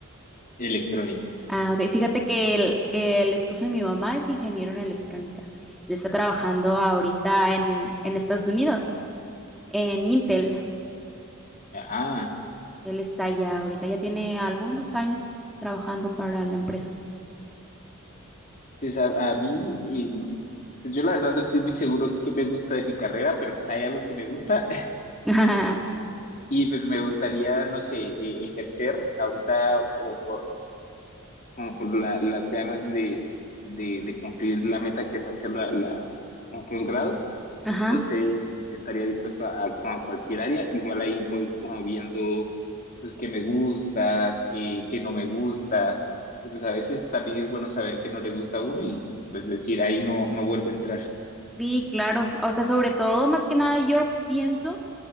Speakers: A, on the left; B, in the centre.
A: electrónica.
B: Ah, ok. Fíjate que el, el esposo de mi mamá es ingeniero en electrónica. Él está trabajando ahorita en, en Estados Unidos, en Intel.
A: Ah,
B: Él está ya ahorita, ya tiene algunos años trabajando para la empresa.
A: pues a, a mí, em, pues yo la verdad no estoy muy seguro qué me gusta de mi carrera, pero pues hay algo que me gusta
B: <laughs>
A: <laughs> y pues me gustaría, no sé, e- ejercer ahorita como por, como por la- las ganas de, de, de cumplir la meta que es hacer la, la, un posgrado
B: Ajá.
A: Entonces, estaría dispuesto a, a como a cualquier área. Igual ahí voy como viendo, pues, qué me gusta, qué, qué no me gusta. Que pues a veces también es bueno saber qué no le gusta a uno y, y, pues decir, ahí no, no vuelvo a entrar.
B: Sí, claro. O sea, sobre todo, más que nada, yo pienso